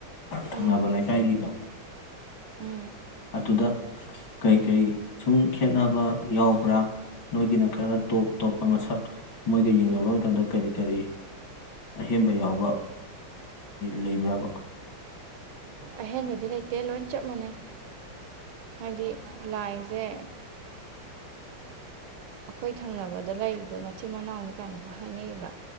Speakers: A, on the left; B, on the right.
A: ꯊꯪꯅꯕ
B: ꯎꯝ
A: ꯂꯩꯀꯥꯏꯒꯤꯒ
B: ꯎꯝ
A: ꯑꯗꯨꯗ ꯀꯩꯀꯩ ꯁꯨꯝ ꯈꯦꯅꯕ ꯌꯥꯎꯕ꯭ꯔꯥ ꯅꯣꯏꯒꯤꯅ ꯈꯔ ꯇꯣꯞ ꯇꯣꯞꯄ ꯃꯁꯛ ꯃꯣꯏꯒ ꯌꯦꯡꯅꯕ ꯃꯇꯝꯗ ꯀꯔꯤ ꯀꯔꯤ ꯑꯍꯦꯟꯕ ꯌꯥꯎꯕ ꯂꯩꯕ꯭ꯔꯕ
B: ꯑꯍꯦꯟꯕꯗꯤ ꯂꯩꯇꯦ ꯗꯦ ꯂꯣꯏ ꯆꯞ ꯃꯥꯟꯅꯩ ꯍꯥꯏꯗꯤ ꯂꯥꯏꯁꯦ ꯑꯩꯈꯣꯏ ꯊꯪꯅꯕꯗ ꯂꯩꯔꯤꯗꯣ ꯃꯆꯤꯟ ꯃꯅꯥꯎꯅꯤ ꯀꯥꯏꯅꯒ ꯍꯥꯏꯅꯩꯑꯌꯦꯕ